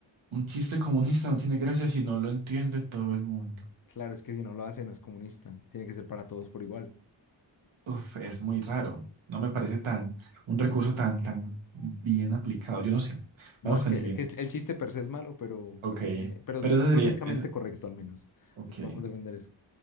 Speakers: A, on the right; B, on the left.
A: un chiste comunista no tiene gracia si no lo entiende todo el mundo.
B: Claro, es que si no lo hace no es comunista. Tiene que ser para todos por igual.
A: Uf, es muy raro. No me parece tan, un recurso tan, tan bien aplicado. Yo no sé.
B: No,
A: Vamos
B: es
A: con
B: que,
A: el
B: es
A: siguiente.
B: que el chiste per se es malo, pero,
A: Ok.
B: pero, tiene, pero
A: Pero ese
B: es
A: sería,
B: lógicamente
A: ese-
B: correcto al menos.
A: ok.
B: Vamos a defender eso.